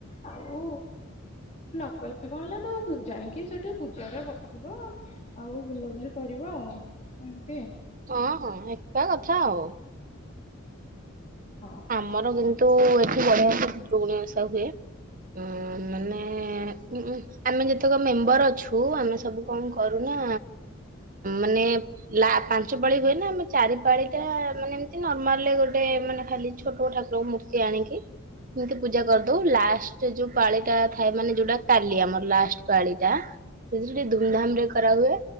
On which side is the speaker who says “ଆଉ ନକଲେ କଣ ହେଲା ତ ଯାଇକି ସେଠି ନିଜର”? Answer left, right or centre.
Left